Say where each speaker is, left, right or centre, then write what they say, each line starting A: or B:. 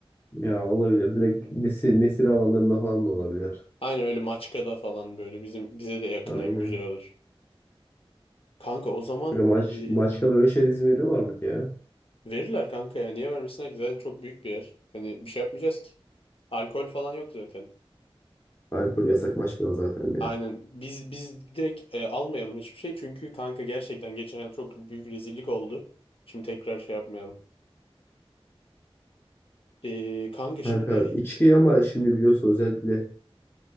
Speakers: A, on the left; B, on the left.
A: Ya olabilir. Direkt nesil, nesil alanlarında falan da olabilir.
B: Aynen öyle Maçka'da falan böyle. Bizim bize de yakın
A: Aynen.
B: hem güzel olur. Kanka o zaman
A: Kanka maç,
B: e,
A: maçkada öyle şeyler izin veriyorlar mı ki ya?
B: verirler kanka ya. Niye vermesinler ki? Zaten çok büyük bir yer. Hani bir şey yapmayacağız ki. Alkol falan yok zaten.
A: Alkol yasak maçkada zaten
B: Aynen.
A: ya.
B: Biz biz direkt e, almayalım hiçbir şey. Çünkü kanka gerçekten geçen yıl çok büyük rezillik oldu. Şimdi tekrar şey yapmayalım. E, kanka şimdi
A: Kanka içki ama şimdi biliyorsun özellikle